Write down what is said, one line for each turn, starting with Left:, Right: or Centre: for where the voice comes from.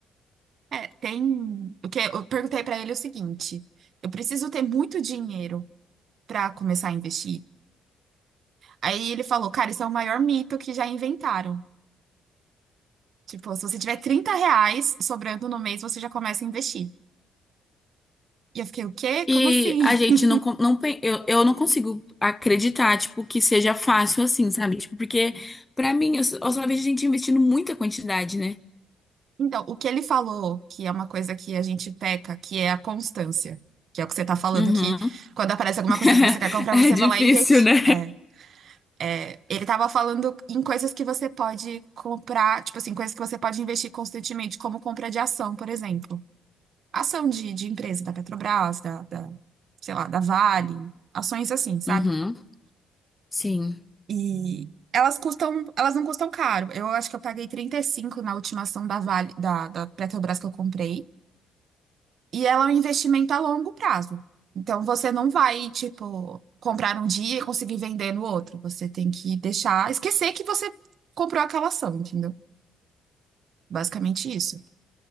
Right: É, tem. O que eu perguntei pra ele é o seguinte: eu preciso ter muito dinheiro pra começar a investir. Aí ele falou, cara, isso é o maior mito que já inventaram. Tipo, se você tiver 30 reais sobrando no mês, você já começa a investir. E eu fiquei, o quê? Como
Left: E
Right: assim?
Left: a gente
Right: <laughs>
Left: não, con- não pe- eu, eu não consigo acreditar, tipo, que seja fácil assim, sabe? Tipo, porque pra mim, eu, s- eu só vejo a gente investindo muita quantidade, né?
Right: Então, o que ele falou, que é uma coisa que a gente peca, que é a constância. Que é o que você tá falando,
Left: Uhum.
Right: que quando aparece alguma
Left: <laughs>
Right: coisa que você quer comprar,
Left: É
Right: você
Left: difícil,
Right: vai lá e reti-
Left: né?
Right: é, é. ele tava falando em coisas que você pode comprar, tipo assim, coisas que você pode investir constantemente, como compra de ação, por exemplo. ação de, de empresa da Petrobras, da, da, sei lá, da Vale, ações assim, sabe?
Left: Uhum. Sim.
Right: E elas custam, elas não custam caro. Eu acho que eu paguei 35 na última ação da Vale, da, da Petrobras que eu comprei, e ela é um investimento a longo prazo. Então você não vai, tipo, comprar um dia e conseguir vender no outro. Você tem que deixar, esquecer que você comprou aquela ação, entendeu? Basicamente isso.